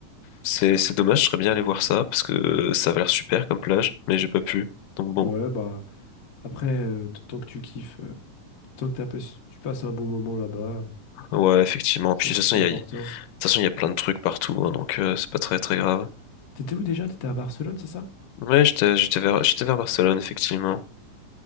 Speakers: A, on the left; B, on the left.
A: c'est c'est dommage, je serais bien allé voir ça, parce que euh, ça avait l'air super comme plage, mais j'ai pas pu. Donc bon,
B: Ouais, bah après, euh, t- tant que tu kiffes, euh, tant que t'as pas- tu passes un bon moment là-bas,
A: ouais, effectivement.
B: c'est
A: Puis
B: le
A: de
B: plus
A: toute façon,
B: important.
A: il y a, de toute façon, il y a plein de trucs partout, hein, donc euh, c'est pas très très grave.
B: T'étais où déjà? T'étais à Barcelone, c'est ça?
A: Ouais, j'étais j'étais vers, j'étais vers Barcelone, effectivement.